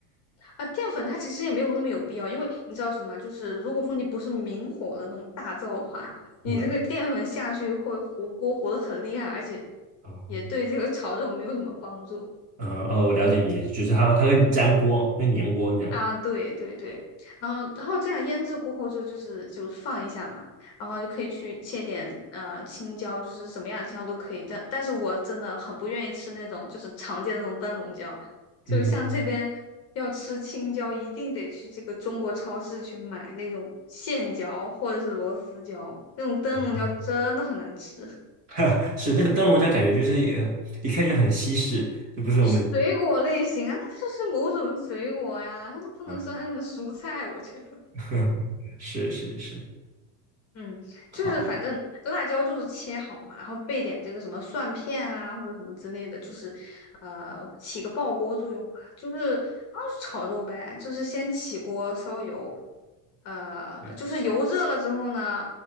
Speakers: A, on the left; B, on the right.
A: 啊，淀粉它其实也没有那么有必要，因为你知道什么？就是如果说你不是明火的那种大灶的话，你这个淀粉下去会糊锅糊的很厉害，
B: 嗯，
A: 而且
B: 哦，
A: 也对这个炒肉没有什么帮助。
B: 嗯，哦，了解你，就是它它会粘锅，会粘锅这样。
A: 啊，对对对，然后然后这样腌制过后就就是就放一下嘛，然后就可以去切点呃青椒，就是什么样的青椒都可以。但但是我真的很不愿意吃那种就是常见的那种灯笼椒，就像这边要吃青椒，
B: 嗯，
A: 一定得去这个中国超市去买那种线椒或者是螺丝椒，那种灯笼椒真的很难吃。
B: 哦 <laughs> 是那个灯笼椒，感觉就是呃一看就很西式，就不是我们
A: 水果类型啊，那就是某种水果呀，它都不能算是蔬菜，
B: 嗯，
A: 我觉得。
B: <laughs> 是是是，
A: 嗯，就是反正辣椒就是切好嘛，
B: 好，
A: 然后备点这个什么蒜片啊或者什么之类的，就是呃起个爆锅作用嘛，就是啊炒肉呗，就是先起锅烧油，呃就是油热了之后呢，
B: 对